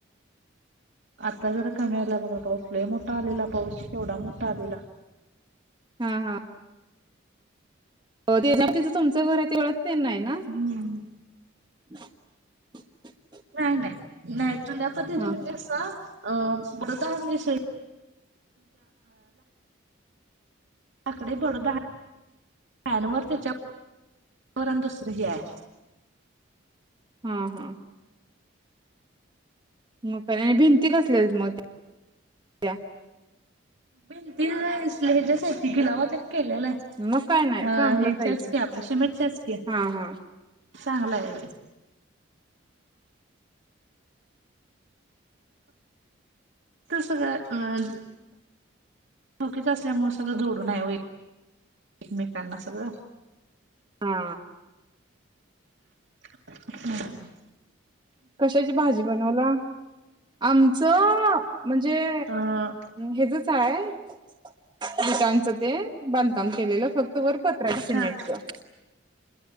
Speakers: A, on the right; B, on the right.
A: आता जरा कमी आला बघा पाऊसला मोठा आलेला पाऊस तेवढा मोठा आलेला
B: हा हा तिथं तुमचं घर आहे तेवढच त्यांना आहे ना
A: हम्म
B: <inaudible>
A: नाही नाही नाही तुद्या प तज
B: हा
A: म्हणजे असं अ बतषच्या आकडे बडॅन व त्याच्याण दुसरही आहे
B: हम्म हम्म मग आणि भिंती कसली मग त्या
A: भेंतीस ह्याच्यासाठी गिलावा त्याच केलेलं आहे
B: मग काय नाही चांगलंच
A: अ हेच्याच
B: आहे की
A: क्या आपल्या शमेटच्याचक्या
B: हा हा.
A: चांगला आहे तस का ोकीच असल्या सगळं जोडून आहे व एकमेकांना सगळं
B: हा
A: हम
B: कशाची भाजी बनवला आमचं म्हणजे
A: अ
B: हचचय भटांचं ते बांधकाम केलेलं फक्त वरपत्र्या शिमेटच
A: हा